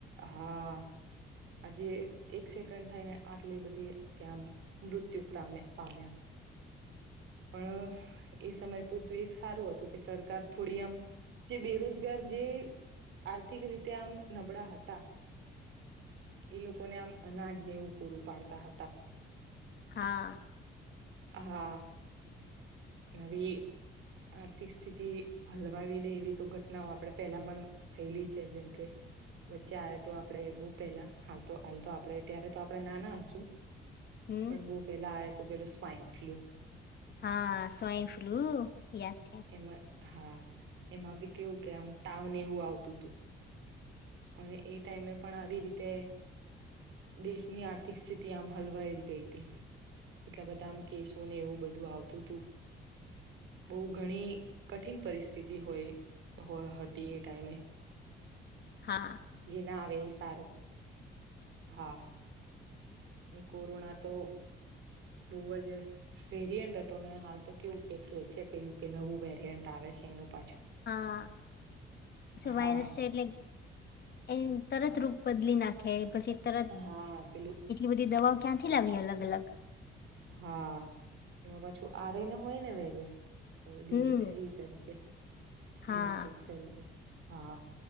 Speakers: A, on the right; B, on the left.
A: હા આજે એક સેકન્ડ થઈને આટલી બધી ત્યાં મૃત્યુ પામ્યા પામ્યા પણ એ સમય પૂરતું એક સારું હતું કે સરકાર થોડી આમ જે બેરોજગાર જે આર્થિક રીતે આમ નબળા હતા એ લોકોને આમ અનાજને એવું પૂરું પાડતા હતા
B: હા
A: હા નવી આર્થિક સ્થિતિ હલવાવી દે એવી તો ઘટનાઓ આપે પેલા પણ થયેલી છે જેમ કે વચ્ચે આવે તો આપણે બોહ પેલા હાલ તો હાલ તો આપડે ત્યારે તો આપડે નાના હશુ
B: હમ
A: પણ બોહ પેલા આટ તો પેલો સ્વાઈન ફ્લુ
B: હા સ્વાઈન ફ્લૂ યાદ છે
A: એમાં હા એમાં બી કેવું કે આમ તાવને એવું આવતું હતું અને એ ટાઈમે પણ આવી રીતે દેશની આર્થિક સ્થિતિ આમ હલવાઈ જ ગઈ હતી એટલા બધા આમ કેસોને એવું બધું આવતું હતું બહુ ઘણી કઠિન પરિસ્થિતિ હોય હતી એ ટાઈમે
B: હા
A: જે ના આવે સારું હા પણ કોરોના તો બહુ જ વેરિયન્ટ હતો ને હાલ તો કેવું કે કેહે છે પેલું કે નવું વેરિયન્ટ આવે છે એનું પાછું
B: હા પછ
A: હા
B: વાયરસ છે એટલે એ તરત રૂ બદલીનાખ પછી તરત
A: હા પેલું
B: એટલી બધી દવાઓ ક્યાં ખિલાવી અલગ અલગ
A: હા એમાં પાછું આ રને હોય ને વેગ ડી
B: હમ
A: એ તારીકેે
B: હા
A: જીનેટિક તરીકે હા,